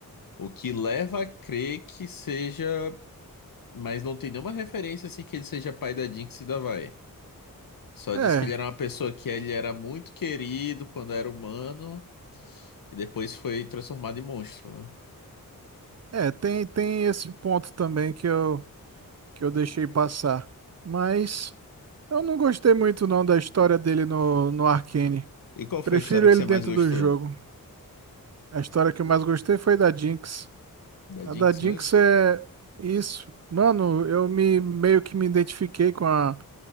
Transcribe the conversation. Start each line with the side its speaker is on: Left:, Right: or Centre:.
Left: o que leva a crer que seja, mas não tem nenhuma referência assim que ele seja pai da Jinx e da Vai. Só
Right: É,
Left: diz que ele era uma pessoa que ele era muito querido quando era humano E depois foi transformado em monstro, né?
Right: é, tem, tem esse ponto também que eu que eu deixei passar. Mas eu não gostei muito não da história dele no, no Arcane.
Left: E qual foi
Right: Prefiro
Left: a história que
Right: ele
Left: você
Right: dentro
Left: mais gostou?
Right: do jogo. A história que eu mais gostei foi da Jinx.
Left: Da
Right: A
Left: Jinx
Right: da Jinx
Left: mesmo?
Right: é isso. Mano, eu me meio que me identifiquei com a